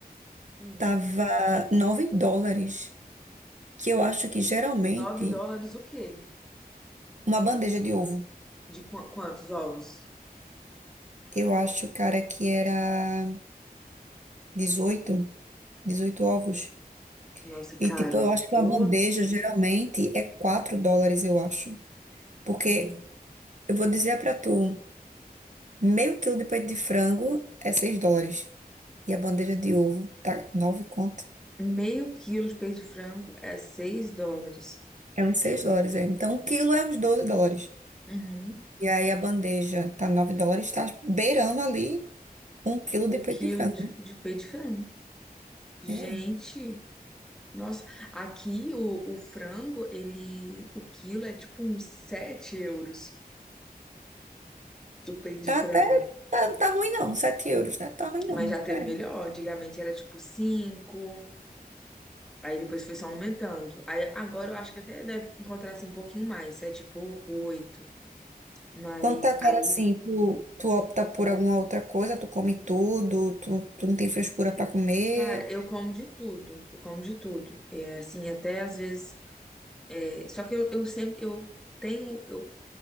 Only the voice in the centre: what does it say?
Hum,
9 dólares o quê?
De qua- quantos ovos?
Nossa, caro.
Ô,
tem
meio quilo de peito de frango é 6 dólares.
Uhum.
O
quilo
de,
de peito de frango. Gente,
Nossa, aqui o, o frango, ele, o quilo é tipo uns 7 euros do peito de
frango.
Mas já teve
melhor, antigamente era tipo cinco aí depois foi só aumentando. Aí agora eu acho que até deve encontrar assim um pouquinho mais, 7 e pouco, oito Mas
aí,
cara, eu como de tudo, eu como de tudo. É assim, até às vezes. é, só que eu, eu sempre, eu tenho, eu,